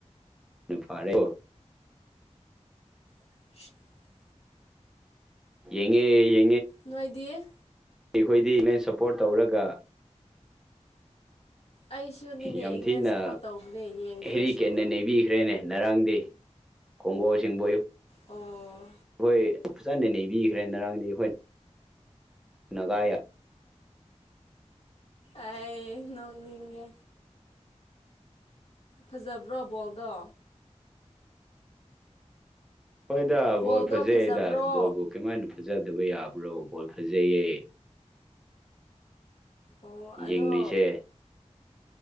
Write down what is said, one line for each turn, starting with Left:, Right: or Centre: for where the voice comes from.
Centre: ꯐꯥꯔꯦ
Left: ꯝ꯫꯫
Centre: ꯌꯦꯉꯦ ꯌꯦ
Left: ꯅꯣꯏꯗꯤ
Centre: ꯑꯩꯈꯣꯏꯗꯤ ꯅꯦꯟ ꯁꯞꯄꯣꯔꯠ ꯇꯧꯔꯒ
Left: ꯑꯩꯁꯨꯅꯤꯅꯦ
Centre: ꯌꯥꯝ
Left: ꯏꯪꯂꯦꯟ
Centre: ꯊꯤꯅ
Left: ꯁꯞꯄꯣꯔꯠ ꯇꯧꯕꯅꯦ ꯌꯦꯡꯗ꯭ꯔꯁꯨ
Centre: ꯍꯦꯔꯤꯀꯦꯠꯅ ꯅꯩꯕꯤꯈ꯭ꯔꯦꯅꯦ ꯉꯔꯥꯡꯗꯤ ꯀꯒꯣ ꯁꯤꯕꯣ
Left: ꯑꯣ
Centre: ꯑꯩꯈꯣꯏ ꯐꯖꯅ ꯅꯩꯕꯤꯈ꯭ꯔꯦ ꯉꯔꯥꯡꯗꯤ ꯑꯩꯈꯣꯏ ꯅꯒ
Left: ꯑꯩ ꯅꯣꯛꯅꯤꯡꯉꯦ ꯐꯖꯕ꯭ꯔꯣ ꯕꯣꯜꯗꯣ
Centre: ꯍꯣꯏꯗ
Left: ꯕꯣꯜꯗꯣ
Centre: ꯕꯣ ꯐꯖꯩ
Left: ꯐꯖꯕ꯭ꯔꯣ
Centre: ꯑꯩꯗ ꯕꯣꯜꯕꯨꯥꯎ ꯀꯃꯥꯏꯅ ꯐꯖꯗꯕ ꯌꯥꯕ꯭ꯔꯣ ꯕꯣꯜ ꯐꯖꯩꯌꯦ
Left: ꯑꯣ ꯑꯗꯣ
Centre: ꯌꯦꯡꯂꯤꯁꯦ